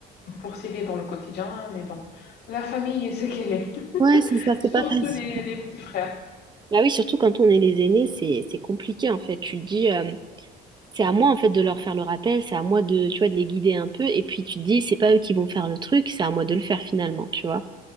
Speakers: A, on the left; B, on the right.
A: pour s'aider dans le quotidien, mais bon, la famille est ce qu'elle est.
B: Ouais, c'est ça,
A: Surtout
B: c'est pas facile.
A: les, les petits frères.
B: Bah oui, surtout quand on est les aînés, c'est c'est compliqué en fait. Tu te dis, euh, C'est à moi en fait de leur faire le rappel, c'est à moi de, tu vois, de les guider un peu. Et puis tu te dis, c'est pas eux qui vont faire le truc, c'est à moi de le faire finalement, tu vois.